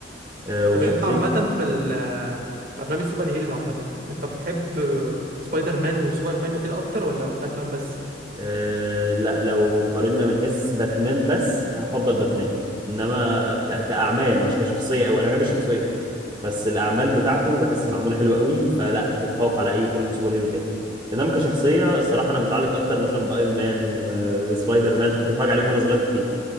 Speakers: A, on the right; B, on the right.
A: آه وشخصية
B: طب أنت عامة في ال في أفلام السوبر هيروز عامة أنت بتحب سبايدر مان وسوبر مان وكده أكتر ولا باتمان بس؟
A: آه لا لو قارنا من حيث باتمان بس هفضل باتمان إنما ك... كأعمال مش كشخصية أو أنا بحب الشخصية بس الاعمال بتاعته بحس معموله حلوه قوي فلا تتفوق على اي فيلم سوبر هيرو تاني انما كشخصيه الصراحه انا متعلق اكتر مثلا بايرون مان و... وسبايدر مان عشان كنت بتفرج عليهم وانا صغير كتير